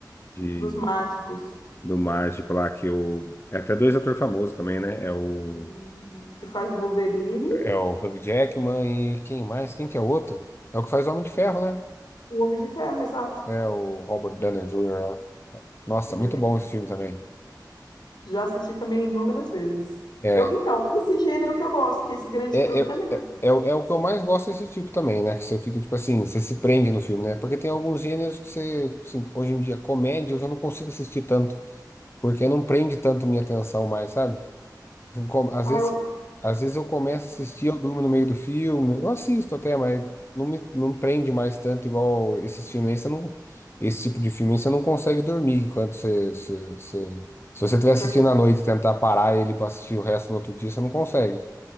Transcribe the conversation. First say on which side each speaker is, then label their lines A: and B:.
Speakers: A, on the left (about 35°); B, on the left (about 85°).
A: de-
B: dos Mágicos,
A: do mágico lá, que o. É até dois atores famosos também, né? É o.
B: hum, que faz o Wolverine,
A: É o Hugh Jackman e quem mais? Quem que é o outro? É o que faz Homem de Ferro, né?
B: o Homem de Ferro, exato.
A: É o Robert Downey Jr. lá. Nossa,
B: Sim,
A: muito
B: né?
A: bom esse filme também.
B: Já assisti também inúmeras vezes.
A: É.
B: Eu, então, é esse gênero que eu gosto, que é esse grande
A: É,
B: truque
A: é,
B: também.
A: é, é é o é o que eu mais gosto desse tipo também, né? Que você fica, tipo assim, você se prende no filme, né? Porque tem alguns gêneros que você, tipo assim, hoje em dia, comédia, eu já não consigo assistir tanto, porque não prende tanto minha atenção mais, sabe? Eu com- Às
B: Ah,
A: vezes,
B: eu...
A: às vezes eu começo a assistir, eu durmo no meio do filme, eu assisto até, mas não me, não prende mais tanto igual esses filmes aí, você não, esse tipo de filme aí, você não consegue dormir quando você, você, você- se você estiver assistindo
B: Verdade,
A: à noite e tentar parar ele pra assistir o resto no outro dia, você não consegue.